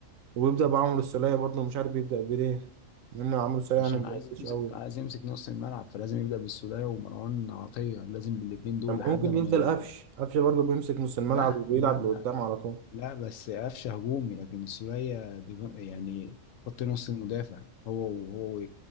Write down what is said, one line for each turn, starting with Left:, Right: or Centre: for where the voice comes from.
Right: ويبدأ بعمرو السولية برضه مش عارف بيبدأ بليه لأن عمرو السولية
Left: عشان
Right: يعني ما بيأديش
Left: عايز يمسك
Right: أوي
Left: عايز يمسك نص الملعب فلازم يبدا بالسوليه ومروان عطيه لازم بالاثنين دول
Right: طب
Left: لحد
Right: ممكن
Left: ما
Right: ينزل قفش قفش برضه بيمسك نص الملعب
Left: لا
Right: وبيلعب
Left: لا لا
Right: لقدام على طول
Left: لا بس قفشه هجومي لكن سوريا ديف- يعني خط نص المدافع هو وهو و-